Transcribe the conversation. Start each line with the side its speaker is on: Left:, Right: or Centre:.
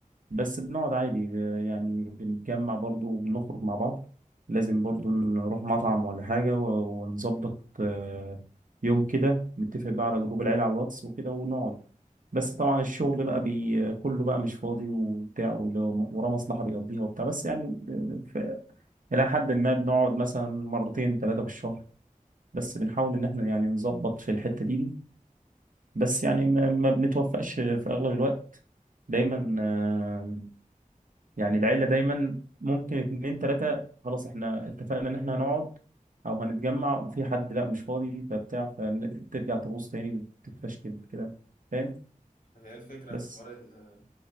Right: بس بنقعد عادي آه، يعني بنتجمع برضو وبنخرج مع بعض لازم برضو نروح مطعم ولا حاجة و- ونظبط آه، يوم كده نتفق بقى على جروب العيلة على الواتس وكده ونقعد بس طبعا الشغل بقى بي كله بقى مش فاضي وبتاع واللي وراه مصلحة بيقضيها وبتاع بس يعني آه، ف- إلى حد ما بنقعد مثلا مرتين ثلاثة في الشهر بس بنحاول إن إحنا يعني نظبط في الحتة دي دي بس يعني ما ما بنتوفقش في اغلب الوقت دايما آه، يعني العيله دايما ممكن اتنين تلاته خلاص احنا اتفقنا ان احنا هنقعد او هنتجمع وفي حد لا مش فاضي فبتاع فترجع تبوظ تاني تتفشكل كده فاهم
Left: هي الفكرة
Right: بس
Left: في حوار ال-